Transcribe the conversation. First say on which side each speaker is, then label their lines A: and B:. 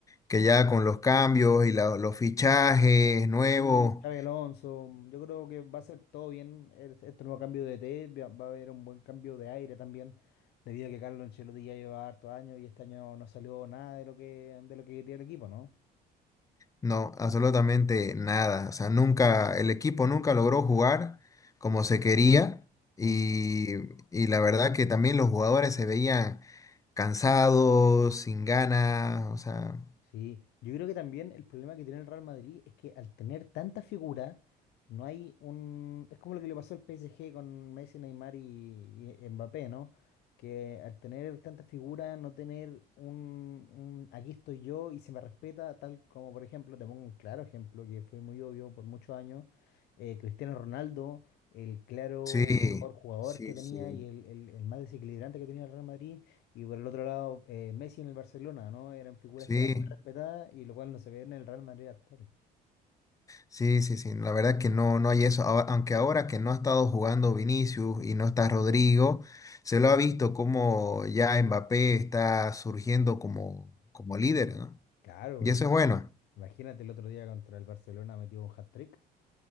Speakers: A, on the left (about 20°); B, on the left (about 80°).
A: que ya con los cambios y la- los fichajes nuevos
B: Sí, Xabi Alonso, yo creo que va a ser todo bien es- este nuevo cambio de E T, va va a haber un buen cambio de aire también, debido a que Carlos Ancelotti ya lleva harto años y este año no salió nada de lo que, de lo que quería el equipo, ¿no?
A: No, absolutamente nada. O sea, nunca, el equipo nunca logró jugar como
B: Nunca,
A: se quería y,
B: nunca.
A: y la verdad que también los jugadores se veían cansados, sin ganas, o sea,
B: Sí, yo creo que también el problema que tiene el Real Madrid es que al tener tanta figura, no hay un... Es como lo que le pasó al PSG con Messi, Neymar y, y Mbappé, ¿no? Que al tener tanta figura, no tener un, un aquí estoy yo y se me respeta, tal como por ejemplo, te pongo un claro ejemplo que fue muy obvio por muchos años, eh, Cristiano Ronaldo, el claro
A: sí,
B: mejor jugador
A: sí,
B: que tenía
A: sí,
B: y el, el el más desequilibrante que tenía el Real Madrid. Y por el otro lado, eh, Messi en el Barcelona, ¿no? Eran figuras
A: sí,
B: que eran respetada y lo cual no se ve en el Real Madrid actual.
A: sí, sí, sí. La verdad que no, no hay eso. Ahora- Aunque ahora que no ha estado jugando Vinicius y no está Rodrigo, se lo ha visto como ya Mbappé está surgiendo como, como líder, ¿no?
B: Claro,
A: Y eso
B: y
A: es bueno.
B: imagínate el otro día contra el Barcelona metió un hat-trick,